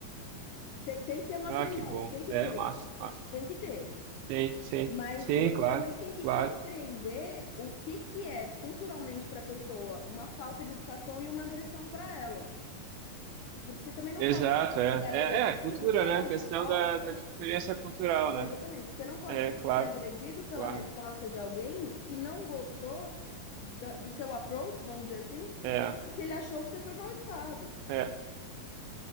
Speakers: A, on the left; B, on the right.
A: Tem, tem que ter uma
B: Ah,
A: cerimônia,
B: que bom.
A: tem que
B: É,
A: ter,
B: massa, massa.
A: tem que ter.
B: Sim, sim.
A: Mas
B: Sim,
A: você
B: claro,
A: também tem que
B: claro.
A: compreender o que que é culturalmente para a pessoa uma falta de educação e uma agressão para ela. Porque você também não
B: Exato,
A: pode
B: é.
A: ser agredido
B: É, é cultura,
A: pela
B: né? Questão
A: resposta
B: da, da diferença cultural, né?
A: Exatamente. Você não pode
B: É,
A: se sentir
B: claro,
A: agredido pela
B: claro.
A: resposta de alguém que não gostou da- do seu approach, vamos dizer assim,
B: É,
A: porque ele achou que você foi mal educado.
B: é.